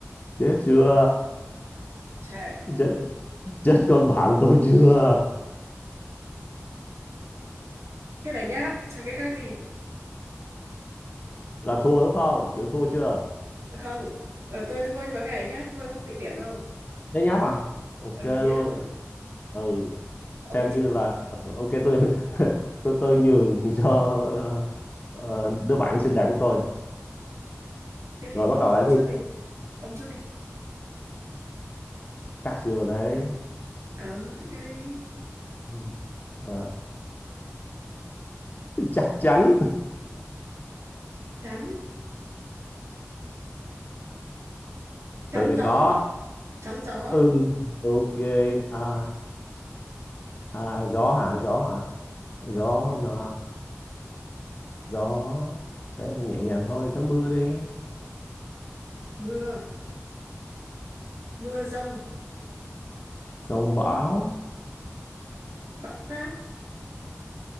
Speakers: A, on the left; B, on the right.
A: chết chưa
B: trẻ
A: chết chết con bạn tôi chưa
B: cái này nháp chơi cái khác đi
A: là thua đúng không chịu thua chưa
B: không ờ tôi thua nhưng mà cái này nháp thôi không tính điểm đâu
A: Nhớ nháp à? ok
B: ừ
A: luôn
B: nháp rồi
A: ừ
B: ông
A: xem
B: đi trước
A: như
B: đi
A: là ok tôi <laughs> tôi tôi nhường cho ờ, đứa bạn xinh đẹp của tôi
B: tiếp
A: rồi
B: đi
A: bắt đầu
B: ông
A: lại đi
B: trước đi ông trước đi
A: chắc chưa đấy
B: ừ cái này đi
A: Ừ. Ờ, chắc chắn
B: chắn chắn
A: từ này
B: gió
A: có
B: chắn gió
A: ừ ok à À, gió hả? Gió hả? Gió là gió thế thì nhẹ nhàng thôi, gió mưa đi,
B: mưa mưa rông
A: sông bão,
B: bão táp